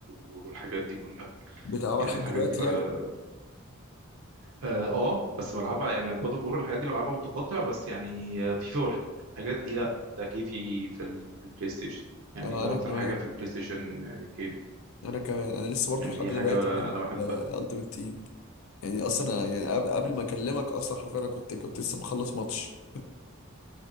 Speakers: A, on the right; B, on the left.
A: والحاجات دي كلها
B: بتلعبها
A: يعني
B: لحد
A: الحاجات
B: دلوقتي
A: دي بقى
B: يعني
A: اه آه، بس بلعبها يعني جاد اوف وور الحاجات دي بلعبها متقطع بس يعني فيفا والحاجات دي لا ده كيفي في ال- في البلاي ستيشن يعني
B: اه
A: ده
B: انا
A: اكتر
B: كمان
A: حاجه في البلاي ستيشن آه، كيفي
B: انا كمان انا لسه برضه
A: يعني
B: لحد
A: دي
B: دلوقتي
A: حاجه
B: بلعب
A: انا بحبها
B: التيمت تيم يعني اصلا أنا- يعني قبل قبل ما اكلمك اصلا حرفيا انا كنت كنت لسه مخلص ماتش